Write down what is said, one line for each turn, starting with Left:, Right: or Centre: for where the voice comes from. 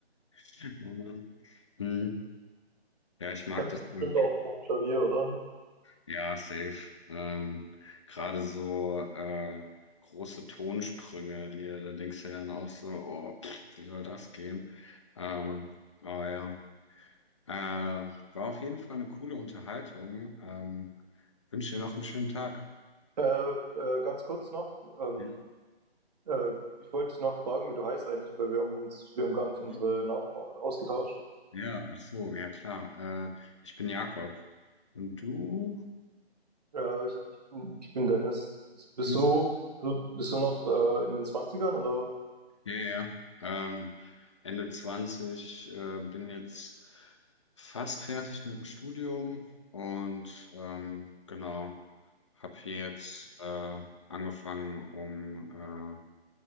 Left: Ja. Hm. Ja, ich mag
Right: kennst
Left: das
Right: du
Left: Pulp.
Right: bestimmt auch vom Klavier, oder?
Left: Ja, safe. Ähm, gerade so äh, große Tonsprünge, die da denkst du ja dann auch so, oh, pff, wie soll das gehen? Ähm, aber ja, äh, war auf jeden Fall eine coole Unterhaltung. Ähm, wünsche dir noch einen schönen Tag.
Right: Äh, äh, ganz kurz noch, ähm,
Left: Ja,
Right: Äh, ich wollte dich noch fragen, wie du heißt eigentlich, weil wir haben uns, wir haben gar nicht
Left: Mhm.
Right: unsere Namen au- ausgetauscht.
Left: Ja, ach so, ja klar. Äh, ich bin Jakob und du
Right: Äh, ich, ich, bin- ich bin Dennis. Bist, bist
Left: bist
Right: du,
Left: du.
Right: so, bist du noch äh, in den Zwanzigern oder?
Left: Ja, ja. Ähm, Ende 20 äh, bin jetzt fast fertig mit dem Studium und ähm, genau, habe hier jetzt äh, angefangen, um äh,